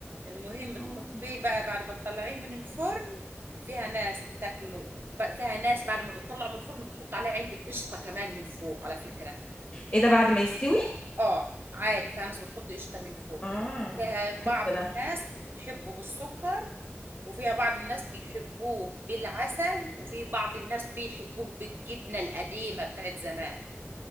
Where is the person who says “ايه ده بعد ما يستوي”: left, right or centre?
Left